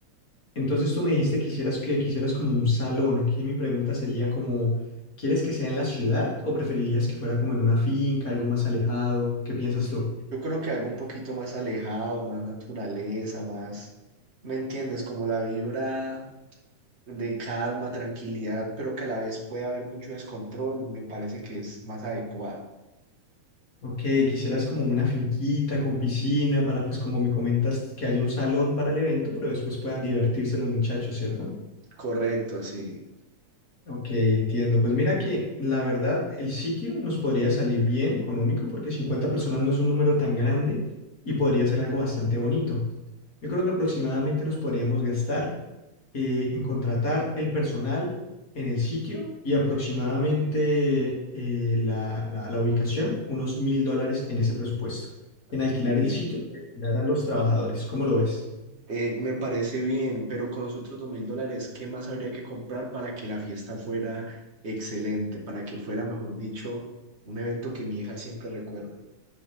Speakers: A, on the left; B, on the right.
A: Entonces tú me dijiste que quisieras que quisieras como un salón. Aquí mi pregunta sería como, ¿quieres que sea en la ciudad o preferirías que fuera como en una finca, algo más alejado? ¿Qué piensas
B: Ujú.
A: tú?
B: Yo creo que algo un poquito más alejado, más naturaleza, más, ¿me entiendes? Como la vibra de calma, tranquilidad, pero que a la vez puede haber mucho descontrol, me parece que es más adecuado.
A: Ok, quisieras como una finquita con piscina para, pues como me comentas, que haya un salón para el evento, pero después puedan divertirse los muchachos, ¿cierto?
B: Correcto, sí.
A: Ok, entiendo. Pues mira que la verdad el sitio nos podría salir bien económico porque 50 personas no es un número tan grande y podría ser algo bastante bonito. Yo creo que aproximadamente nos podríamos gastar eh, en contratar el personal en el sitio y aproximadamente eh, la, la- la ubicación, unos mil dólares en ese presupuesto. En alquilar
B: Y,
A: el sitio, alquilar a los trabajadores. ¿Cómo lo ves?
B: eh, me parece bien, pero con los otros dos mil dólares, ¿qué más habría que comprar para que la fiesta fuera excelente, para que fuera, mejor dicho, un evento que mi hija siempre recuerde?